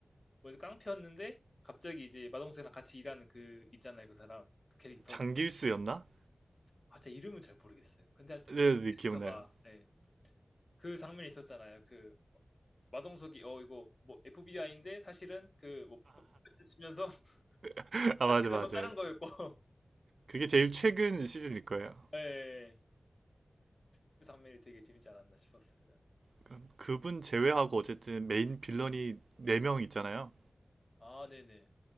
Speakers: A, on the left; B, on the right.
A: 뭐지 깡패였는데 갑자기 이제 마동석이랑 같이 일하는 그 있잖아요 그 사람 그 캐릭터
B: 장길수였나?
A: 아 진짜 이름은 잘 모르겠어요 근데 하여튼
B: 네,
A: 그
B: 네,
A: 캐릭터가
B: 기억나요.
A: 예, 그 장면이 있었잖아요 그 마동석이 어 이거 뭐 FBI인데 사실은 그뭐 치면서 <laughs>
B: <laughs> 아,
A: 사실은
B: 맞아, 맞아요.
A: 뭐 다른 거였고 <laughs>
B: 그게 제일 최근 시즌일 거예요.
A: 예, 예, 예. 그 장면이 되게 재밌지 않았나 싶었어요
B: 그럼 그분 제외하고 어쨌든 메인 빌런이 네 명 있잖아요.
A: 아 네네